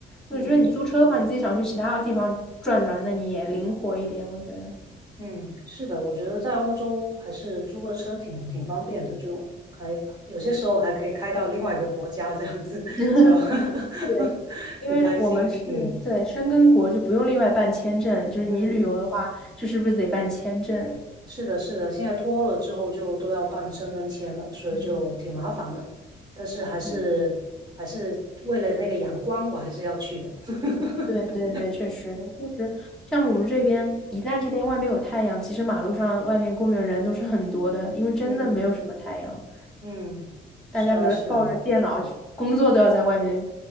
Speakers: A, on the right (about 20°); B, in the centre.
A: 嗯
B: 我觉得你租车的话，你自己想去其他地方转转，那你也灵活一点，我觉得。
A: 嗯，是的，我觉得在欧洲还是租个车挺挺方便的，就还有些时候还可以开到另外一个国家这样子，
B: <laughs>
A: 只要
B: 对，
A: <laughs>
B: 因为我们是对申根国，
A: 挺开心。嗯
B: 就不用另外办签证。就是你旅游的话，
A: 嗯，
B: 就是不是得办签证？
A: 是的，是的，现在脱欧了之后就都要办申根签了，所以就挺麻烦的。
B: 嗯
A: 但是还是还是为了那个阳光，
B: 嗯。
A: 我还是要去的。<laughs>
B: 对对对，确实就是像我们这边，一旦这边外面有太阳，其实马路上外面公园人都是很多的，因为真的没有什么太阳，
A: 嗯嗯，
B: 大家比如说抱着电脑去工作都要在外面
A: 是啊，是啊，